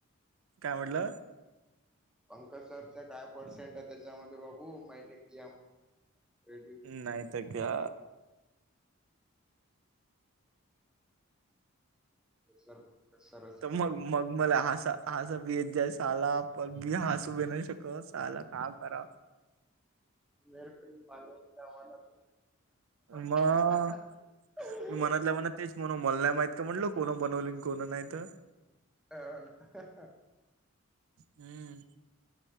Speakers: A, on the right; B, in the centre.
A: काय म्हटलं.
B: पंकज सरचा काय पर्सेंट आहे त्याच्यामध्ये बघू महिने केड.
A: नाही तर का.
B: सर पंकज सरच
A: त
B: आहे
A: मग मग मला हसा हस भी येत जाय साला पण मी हासु भी नाही शकत साला का करा
B: मेहरपनी माल आवनात.
A: मग
B: <unintelligible> म्हणजे आार. <unintelligible>
A: मी मनातल्या मनात तेच म्हणून मला नाय माहित का म्हनल कोण बनवली कोण नाही त.
B: अन. <unintelligible>
A: हम.